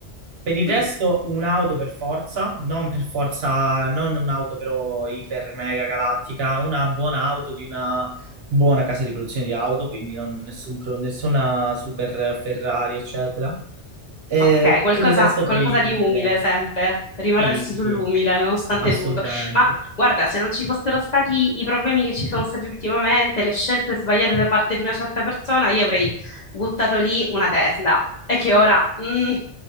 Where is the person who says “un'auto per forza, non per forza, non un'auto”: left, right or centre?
Right